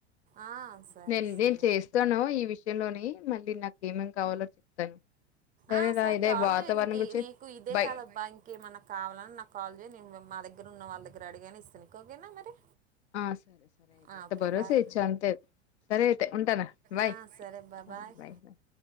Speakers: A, on the right (about 25°); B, on the left (about 70°).
A: ఆ సరే
B: నేను
A: సరే
B: నేను చేస్తాను ఈ విషయంలోని మళ్ళీ నాకు ఏమేం కావాలో చెప్తాను
A: ఆ
B: రా
A: సరే
B: ఇదే
A: కాల్
B: వాతావరణం
A: చేయనికి
B: గురించి
A: నీకు ఇదే
B: బై
A: కాదబ్బా ఇంకేమన్నా కావాలని నాకు కాల్ చేయ నే మా ద గ్గర ఉన్న వాళ్ళ దగ్గర అడిగైనా ఇస్తా నీకు ఓగేనా మరి
B: ఆ సరే సరే అయితే
A: ఆ,
B: ఇంత
A: ఓకే
B: భరోసా
A: బాయ్
B: ఇచ్చవ్ అంతే సరే అయితే ఉంటాను బయ్
A: ఆ, సరే అబ్బా బాయ్
B: బయ్ బయ్